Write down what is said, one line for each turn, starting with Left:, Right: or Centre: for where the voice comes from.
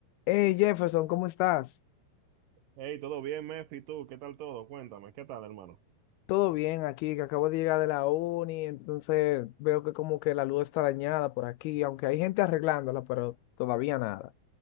Left: Hey Jefferson, ¿cómo estás?
Right: Hey, todo bien, Mefi, tú, ¿qué tal todo? Cuéntame, ¿qué tal, hermano?
Left: Todo bien aquí, que acabo de llegar de la uni, entonces veo que como que la luz está dañada por aquí, aunque hay gente arreglándola, pero todavía nada.